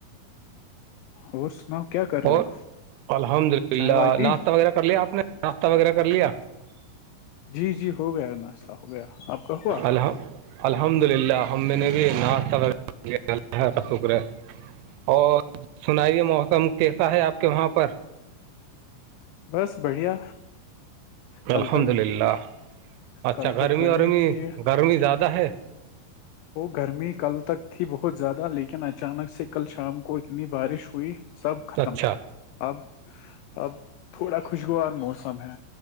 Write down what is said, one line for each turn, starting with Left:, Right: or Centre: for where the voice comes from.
Left: اور سناؤ کیا کر رہے
Right: اور
Left: ہو
Right: الحمد للہ
Left: چائے وائے پی
Right: ناشتہ وغیرہ کر لیا آپ نے ناشتہ وغیرہ کر لیا
Left: جی جی ہو گیا ناشتہ ہو گیا آپ کا ہوا
Right: الحم الحمد للہ ہم میں نے بھی ناش کا شکر ہے اور سنائیے موسم کیسا ہے آپ کے وہاں پر
Left: بس بڑھیا کل
Right: الحمد
Left: تک
Right: للہ اچھا
Left: کل تک گرمی
Right: ورمی
Left: تھی
Right: گرمی زیادہ ہے
Left: گرمی کل تک تھی بہت زیادہ لیکن اچانک سے کل شام کو اتنی بارش ہوئی سب ختم
Right: اچھا
Left: اب اب تھوڑا خوشگوار موسم ہے